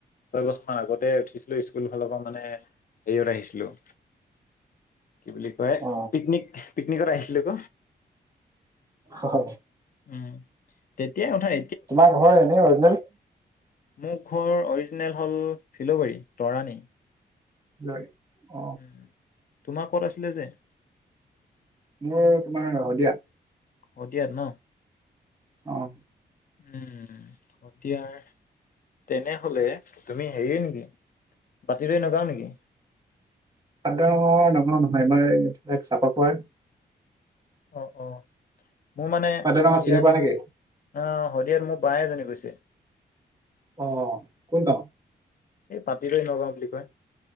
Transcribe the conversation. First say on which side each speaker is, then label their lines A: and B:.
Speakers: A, on the left; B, on the right.
A: ছয় বছৰ মান আগতে উঠিছিলো স্কুল ফালৰ পৰা মানে হেৰিয়ত আহিছিলো কি বুলি কয়
B: অ
A: পিকনিক পিকনিকত আহিছিলো ক
B: হয় হয়
A: উম তেতিয়াই উঠাই
B: তোমাৰ ঘৰ এনে অৰ্জিনেল
A: মোৰ ঘৰ অৰ্জিনেল হ'ল ফিল'বৰী তৰাণী
B: হয় অ
A: উম তোমাৰ ক'ত আছিলে যে
B: মোৰ তোমাৰ শদিয়া
A: অ' শদিয়াত ন
B: অঁ
A: উম শদিয়াৰ তেনেহলে তুমি হেৰিয়ে নেকি পাটিদৈ নগাঁও নেকি
B: <unintelligible>
A: অ অ মোৰ মানে
B: পাটদাঙৰ
A: শদিয়াত
B: চিনি পোৱা নেকি?
A: অ হদিয়াত মোৰ বাই এজনি গৈছে
B: অ কোন গাওঁ
A: এই পাাটিদৈ নগাঁও বুলি কয়